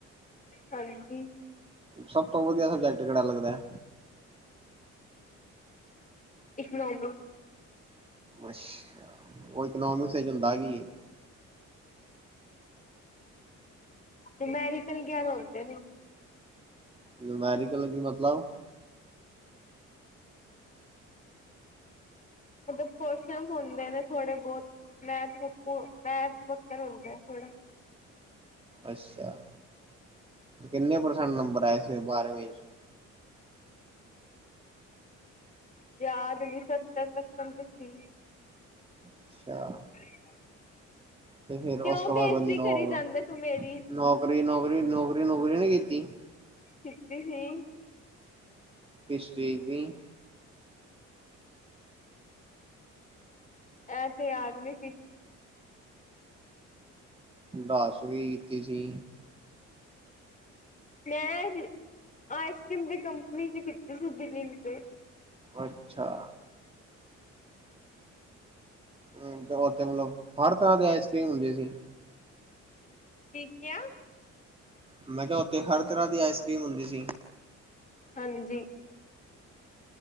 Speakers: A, on the left; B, on the right.
A: ਹਾਂਜੀ।
B: ਸਭ ਤੋਂ ਵਧੀਆ ਸਬਜੇਟ ਕੇੜਾ ਲੱਗਦਾ ਐ।
A: ਇਕਨੋਮੀਕਸ।
B: ਅੱਛਾ। ਓ ਇਕਨੋਮਿਕਸ ਵਿਚ ਹੁੰਦਾ ਕੀ ਐ?
A: ਨੋਮੈਰਿਕਲ ਵੇਗੇਰਾ ਹੁੰਦੇ ਨੇ।
B: ਨੋਮੇਰਿਕਲ ਦਾ ਕੀ ਮਤਲਬ?
A: ਮਤਲਬ ਕੁਅਸ਼ਚਨ ਹੁੰਦੇ ਨੇ ਥੋੜੇ-ਬੋਤ ਮੈਥ ਵਕੂਂ, ਮੈਥ ਵੱਕਣ ਹੁੰਦਾ ਥੋੜ੍ਹਾ।
B: ਅੱਛਾ, ਕਿੰਨੇ ਪਰਸੈਂਟ ਨੰਬਰ ਆਏ ਸੀ ਬਾਰਵੀਂ ਚ।
A: ਯਾਦ ਨੀਂ, ਸੱਤਰ ਤਕੱਣ ਤੇ ਸੀ।
B: ਅੱਛਾ
A: <inaudible>
B: ਤੇ ਫੇਰ ਉਸ
A: ਕਿਉਂ
B: ਤੋਂ
A: ਬੇਇਜ਼ਤੀ
B: ਬਾਅਦ ਨੌ
A: ਕਰੀ ਜਾਂਦਾ ਤੂੰ ਮੇਰੀ
B: ਨੌਕਰੀ, ਨੌਕਰੀ ਨੌਕਰੀ-ਨੂੰਕਰੀ ਨੀਂ ਕੀਤੀ।
A: ਕੀਤੀ ਸੀ।
B: ਕਿਸ ਚੀਜ਼ ਦੀ।
A: ਐ ਤੇ ਯਾਦ ਨੀ
B: ਦਸ ਵੀ ਕੀਤੀ ਸੀ।
A: ਮੈਂ ਆਈਸਕ੍ਰੀਮ ਦੀ ਕੰਪਨੀ'ਚ ਕੀਤੀ ਸੀ ਦਿੱਲੀ ਤੇ।
B: ਅੱਛਾ। ਹੂੰ ਤੇ ਉੱਥੇ ਮਤਲਬ, ਹਰ ਤਰ੍ਹਾਂ ਦੀ ਆਈਸਕਰ੍ਰੀਮ ਹੁੰਦੀ ਸੀ।
A: ਕੀ ਕਿਆ
B: ਮੈਂ ਕਿਹਾ, ਓਥੇ ਹਰ ਤਰ੍ਹਾਂ ਦੀ ਆਈਸਕ੍ਰੀਮ ਹੁੰਦੀ ਸੀ।
A: ਹਾਂਜੀ।